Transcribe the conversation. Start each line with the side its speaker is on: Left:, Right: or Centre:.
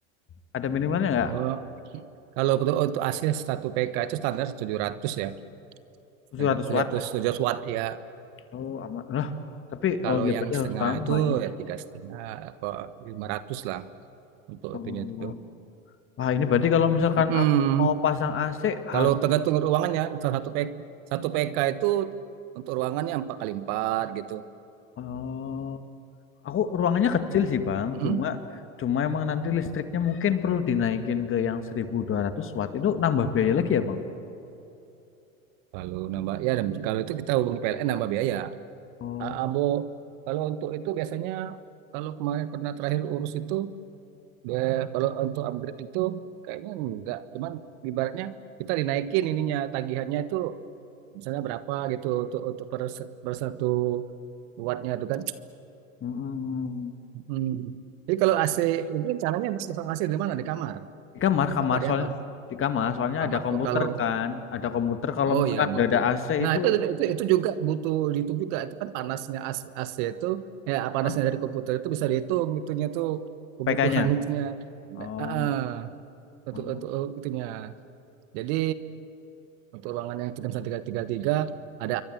Left: ada minimalnya nggak
Right: Oh, kalau untuk untuk asli satu PK itu standar 700 ya, setengah
Left: 700
Right: tujuh
Left: watt
Right: ratus tujuh ratus watt ya.
Left: oh aman lah tapi
Right: Kalau
Left: oh ya
Right: yang
Left: berarti
Right: setengah
Left: harus tambah
Right: itu
Left: ya
Right: ya tiga setengah apa 500 lah untuk
Left: oh
Right: itunya itu.
Left: wah ini berarti kalau misalkan
Right: Mm-mm.
Left: aku mau pasang AC harus
Right: Kalau tergantung ruangannya, salah satu PK satu PK itu untuk ruangannya empat kali empat gitu.
Left: oh Aku ruangannya kecil sih Bang,
Right: Mm.
Left: cuma cuma emang nanti listriknya mungkin perlu dinaikin ke yang seribu dua ratus watt itu nambah biaya lagi ya Bang.
Right: Kalau nambah ya dan kalau itu kita hubungi PLN nambah biaya.
Left: Oh,
Right: A- Abo kalau untuk itu biasanya kalau kemarin pernah terakhir urus itu Dia kalau untuk upgrade itu kayaknya enggak, cuman ibaratnya kita dinaikin ininya tagihannya itu misalnya berapa gitu untuk untuk per, se- per satu wattnya itu kan.
Left: Mm-mm.
Right: Hmm. Jadi kalau AC itu caranya pasang AC di mana? Di kamar?
Left: Di kamar kamar
Right: Apa di
Left: soalnya
Right: apa?
Left: di kamar soalnya
Right: Kamar.
Left: ada komputer
Right: Oh, kalau
Left: kan, ada komputer kalau
Right: oh
Left: misalkan
Right: ya
Left: nggak
Right: butuh.
Left: ada AC
Right: Nah,
Left: itu
Right: itu itu itu juga butuh dihitung juga. Itu kan panasnya AC, AC itu ya panasnya
Left: oh,
Right: dari komputer itu bisa dihitung itunya tuh kebutuhan
Left: PK-nya.
Right: itunya.
Left: Oh,
Right: Eh, eh, untuk
Left: oh.
Right: untuk itunya. Jadi Untuk ruangan yang tiga tiga tiga tiga ada